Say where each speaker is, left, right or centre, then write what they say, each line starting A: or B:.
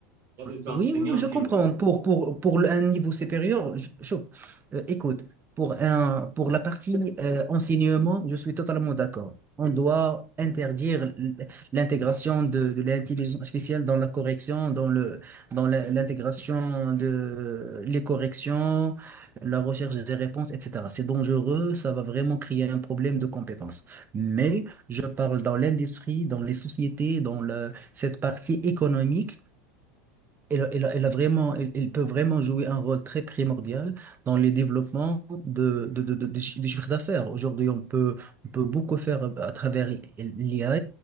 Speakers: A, on the right (about 40°); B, on the right (about 25°).
A: y a des enseignants
B: oui, oui, oui, je
A: qui
B: comprends.
A: le font.
B: Pour, pour, pour le- un niveau supérieur, je, chauffe. Euh, écoute, pour un, pour la partie euh, enseignement, je suis totalement d'accord. On doit
A: Mhm.
B: interdire l- l'intégration de, de l'intelligence artificielle dans la correction, dans le, dans la- l'intégration de les corrections, la recherche des réponses, etc. C'est dangereux, ça va vraiment créer un problème de compétence. Mais je parle dans l'industrie, dans les sociétés, dans le- cette partie économique. Elle, a- elle a elle a vraiment, elle, elle peut vraiment jouer un rôle très primordial dans le développement de, de, de, de- du chi- du chiffre d'affaires. Aujourd'hui, on peut, on peut beaucoup faire à travers l'IA